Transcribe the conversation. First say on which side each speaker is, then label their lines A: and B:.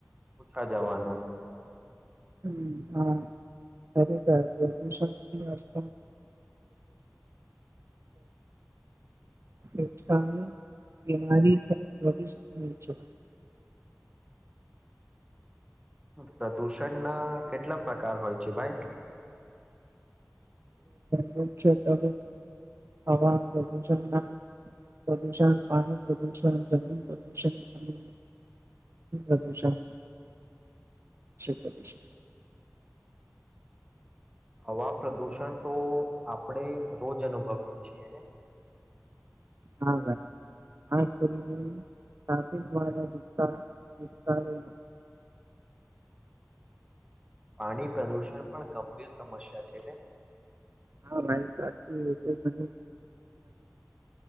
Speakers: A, on the right; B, on the right.
A: પૂછા જવાનું
B: હમ હા ખરેખર પ્રદુષણથીસ્ત બીમારી વધી અ છે
A: પ્રદુષણના કેટલા પ્રકાર હોય છે ભાઈ
B: મુખ્યતવે હવા પ્રદૂષણ ના પ્રદૂષણ પાણી પ્રદૂષણ જમીન પ્રદૂષણ અને પ્રદુષણ કરીશ
A: હવા પ્રદુષણ તો આપણે રોજ અનુભવીએ છીએને
B: હા ભર આ કરીાફિક વિ વિસ્તારોમાં
A: પાણી પ્રદૂષણ પણ ગંભીર સમસ્યા છે ને
B: હા ભાઈ સાચું એ તો એક એરમન